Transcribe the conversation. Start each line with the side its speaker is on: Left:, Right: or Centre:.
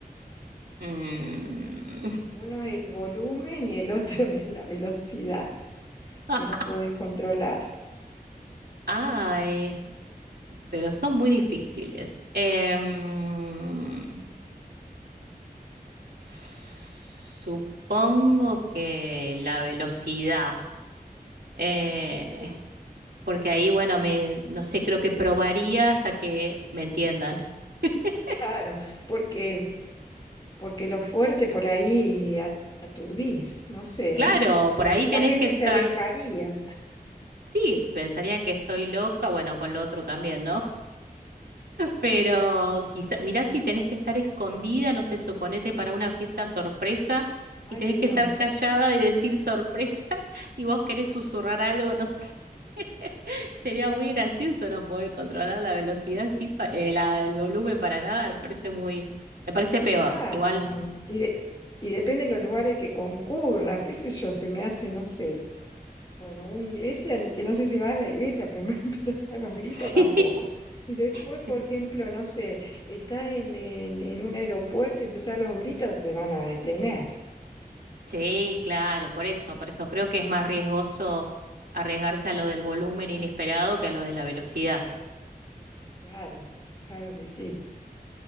Right: Mm.
Left: Uno es el volumen y el otro <laughs> es la velocidad
Right: <laughs>
Left: que no podés controlar.
Right: Ay, pero son muy difíciles. Em, supongo que la velocidad, eh,
Left: Sí.
Right: porque ahí, bueno, me, no sé, creo que probaría hasta que me entiendan. <laughs>
Left: Claro, porque porque lo fuerte por ahí a- aturdís, no sé,
Right: Claro,
Left: ¿eh? O sea,
Right: por ahí tenés
Left: la gente
Right: que estar.
Left: se alejaría.
Right: Sí, pensarían que estoy loca, bueno, con lo otro también, ¿no? Pero quizá, mirá si tenés que estar escondida, no sé, suponete para una fiesta sorpresa
Left: Ay,
Right: y tenés que
Left: Dios,
Right: estar callada y decir sorpresa <laughs> y vos querés susurrar algo, no sé. <laughs> Sería muy gracioso no poder controlar la velocidad, sí, pa- eh, la- el volumen para nada, me parece muy, me parece peor,
Left: claro.
Right: igual. <laughs>
Left: Y, de- y depende de los lugares que concurras, qué sé yo, se me hace, no sé. Bueno, una iglesia, ni que no sé si vas a la iglesia, pero me <laughs> empezar a los gritos
Right: Sí,
Left: tampoco. Y después,
Right: sí.
Left: por ejemplo, no sé, estás en, en, en un aeropuerto y empezás los gritos, te van a detener.
Right: Sí, claro, por eso, por eso creo que es más riesgoso arriesgarse a lo del volumen inesperado que a lo de la velocidad.
Left: Claro, claro que sí.